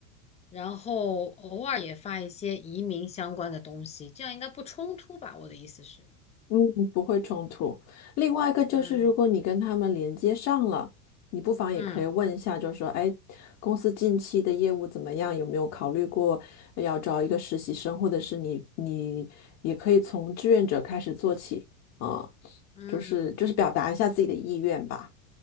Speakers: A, on the left; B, on the left.
A: 然后偶尔也发一些移民相关的东西，这样应该不冲突吧？我的意思是，
B: 嗯，不会冲突。另外一个就是，
A: 嗯。
B: 如果你跟他们连接上了，你不妨也可以问一下，
A: 嗯
B: 就是说，哎，公司近期的业务怎么样？有没有考虑过要招一个实习生，或者是你你也可以从志愿者开始做起啊，
A: 嗯
B: 就是就是表达一下自己的意愿吧。